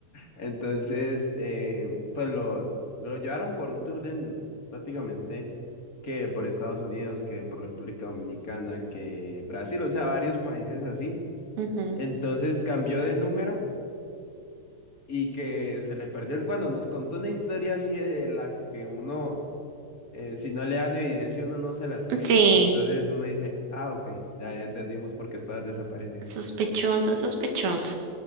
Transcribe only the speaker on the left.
entonces eh, pues lo, lo llevaron por un tour de en- prácticamente que por Estados Unidos, que por República Dominicana, que Brasil, o sea, varios países así,
entonces cambió de número y que se le perdió el, cuando nos contó una historia así de las que uno... eh, si no le dan evidencia, uno no se las cree.
Entonces uno dice, ah, ok, ya, ya entendimos por qué estabas desaparecido.